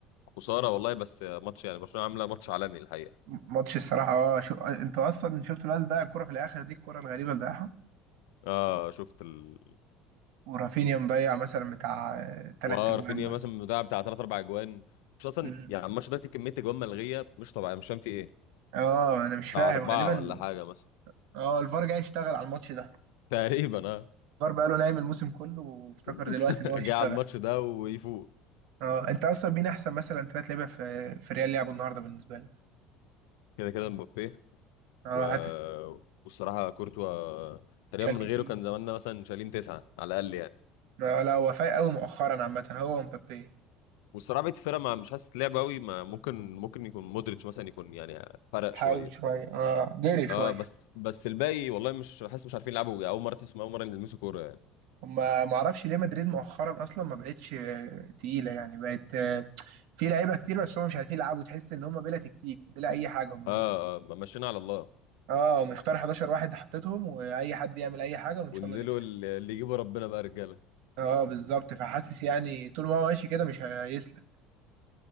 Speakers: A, on the left; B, on the right.
A: خسارة والله بس ماتش يعني برشلونة عاملة ماتش عالمي الحقيقة
B: ماتش الصراحة اه شو... انت اصلا شفت الواد اللي ضيع الكرة في الاخر دي الكرة الغريبة اللي ضيعها
A: آه شفت ال
B: ورافينيا مضيع مثلا بتاع آه، تلات
A: ورافينيا
B: تجوان ولا
A: مثلا مضيع بتاع تلات أربع أجوان مش أصلا
B: مم.
A: يعني الماتش ده فيه كمية أجوان ملغية مش طبيعية مش فاهم فيه إيه
B: اه انا مش
A: بتاع
B: فاهم
A: أربعة
B: غالبا
A: ولا حاجة مثلا
B: اه الفار جاي يشتغل على الماتش ده
A: تقريبا آه
B: الفار بقاله نايم الموسم كله وافتكر
A: <laughs>
B: دلوقتي ان هو هيشتغل
A: جه على الماتش ده ويفوق
B: اه انت اصلا مين احسن مثلا تلات لعيبة في في ريال لعبوا النهارده بالنسبة لك
A: كده كده مبابي
B: اه
A: و...
B: هاتريك
A: والصراحه كورتوا تقريبا
B: شال
A: من
B: كتير
A: غيره كان زماننا مثلا شايلين تسعه على الاقل يعني
B: ما لا وفاء قوي مؤخرا عامة هو ومبابي
A: والصراحه بقيه الفرقه ما مش حاسس لعب قوي ما ممكن ممكن يكون مودريتش مثلا يكون يعني فرق
B: حاول
A: شويه
B: شوية اه جري
A: اه
B: شوية
A: بس بس الباقي والله مش حاسس مش عارفين يلعبوا اول مره تحسهم اول مره يلمسوا كوره يعني
B: هما معرفش ليه مدريد مؤخرا أصلا ما بقتش آه، تقيلة يعني بقت آه، في لعيبة كتير بس هم مش عارفين يلعبوا تحس إن هما بلا تكتيك بلا أي حاجة هما
A: اه اه ما مشينا على الله
B: اه مختار 11 واحد حطيتهم وأي حد يعمل أي حاجة وإن
A: وانزلوا
B: شاء الله نكسب
A: ال- اللي يجيبوا ربنا بقى رجاله
B: اه بالظبط فحاسس يعني طول ما هو ماشي كده مش هيسلك